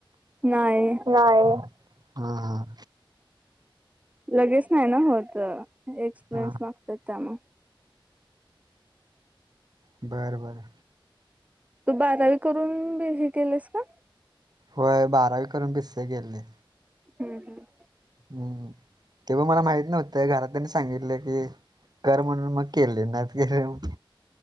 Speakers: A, on the right (about 15°); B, on the right (about 50°).
A: नाही
B: नाही. हा हा.
A: लगेच नाही ना होत एक्सपिरियन्स
B: हा
A: मागतात त्यामुळ.
B: बरं बरं.
A: तू बारावी करून बी हे केलस का?
B: होय बारावी करून बिस्से केलयं.
A: हम्म हम्म.
B: हम्म हम्म तेव्हा मला माहित नव्हतं घरातल्यांनी सांगितलं की कर म्हणून मग केले नाहीतर कशाला मग